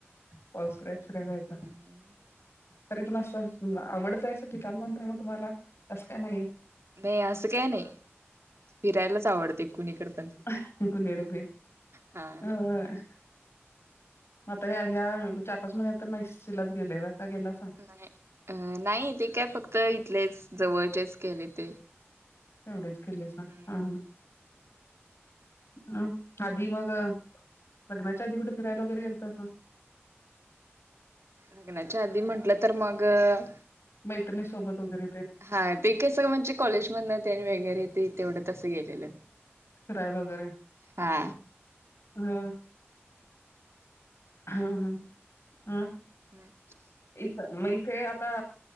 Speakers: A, on the left; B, on the right.
A: पावसाळ्यात फिराय जायच...
B: हम्म हम्म.
A: तरी पण असं आवडतंय असं ठिकाण कोणतय म.. तुम्हाला का तस काय नाहीए..
B: नाही असं काय नाही. फिरायलाच आवडतय कुणीकड पण.
A: अ हं... कुणिकड बी...
B: हा
A: अ... म... आता या ह्या-ह्या चार -पाच महिन्या तर नशिलाच गेलेल का गेलासा.
B: नाही अ... नाही ते अ.. काय फक्त इथलेच जवळचेच केलेत.
A: तेवढेच केले
B: हम्म
A: सा हा. अ.. आधी मग लग्नाच्या आधी कुठे फिरायला वैगैरे गेलतासा....
B: लग्नाच्या आधी म्हटलं तर मग अ...
A: मैत्रिणीसोबत वैगैरे भेट.
B: हा ते कसं म्हणजे कॉलेजमध ते न आणि वगैरे ते तेवढं तसं गेलेलं.
A: फिरायला वैगैरे.....
B: हा.
A: हा..... हा... हा.... अ....
B: हम्...
A: इथ म.. इथे आता..